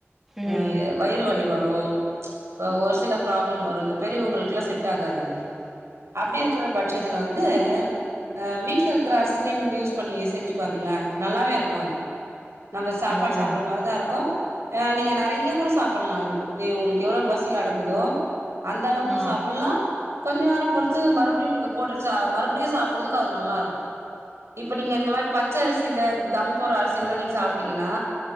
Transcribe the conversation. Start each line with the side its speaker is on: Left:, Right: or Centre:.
Centre: ம்
Right: ஆ எ வயிறு வலி வர் ரு ஆ ஒரு சில ப்ராப்ளம் வரு அந்த பெரியவுங்களுக்லா செட் ஆகாது அது அப்டி இருக்குற பட்ஜத்துல வந்து அ வீட்ல இருக்குற அரிசிலே நீங்க யூஸ் பண்ணி செஞ்சு பாருங்ளே நல்லாவே இருக்கு அது நம்ம சாப்பாடு
Centre: ம்
Right: சாப்புட்ற மாரிதா இருக்கும் அ நீங்க நறையா கூட சாப்பட்லா அது உங்ளுக்கெவ்ளொ பசி அடங்குதோ அந்தளவுக்கு
Centre: ஆ
Right: சாப்படலா கொஞ்ச நேர பொறுத் த்து மறுபடியு நீங்க போட்டு ச மறுபடியு சாப்டறதுக்கு அது நல்லாருக்கு இப்ப நீங்க இந்த மாரி பச்ச அரிசியில தம் போடற அரிசியல்லா நீங்க சாப்டிங்கனா